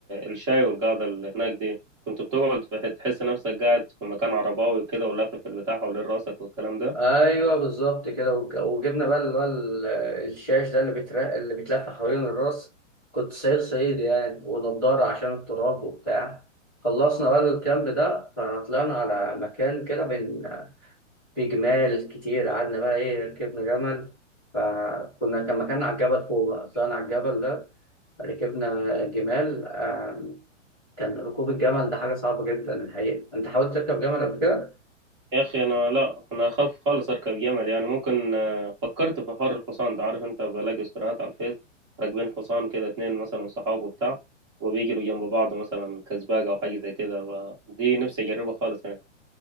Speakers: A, on the right; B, in the centre.
A: الشاي والقعده اللي هناك دي كنت بتقعد في- حت- تحس نفسك قاعد في مكان عرباوي وكده ولافف البتاع حوالين راسك والكلام ده
B: ايوه بالظبط كده وج- وجبنا بقى اللي هو ال- الشاش ده اللي بيتر... اللي بيتلف حوالين الراس كنت صعيد صعيد يعني ونضاره عشان التراب وبتاع خلصنا بقى الكامب ده فطلعنا على مكان كده بين في جمال كتير قعدنا بقى ايه ركبنا جمل فكنا كان مكان على الجبل فوق بقى طلعنا على الجبل ده ركبنا جمال آم، كان ركوب الجمل ده حاجة صعبة جدا الحقيقة انت حاولت تركب جمل قبل كده؟
A: يا اخي انا لا انا اخاف خالص اركب جمل يعني ممكن آه، فكرت في حوار الحصان ده عارف انت بلاقي استوريات على الفيس راكبين حصان كده اتنين مثلا صحاب وبتاع وبيجروا جنب بعض مثلا كسباق او حاجه زي كده ف- دي نفسي اجربها خالص يعني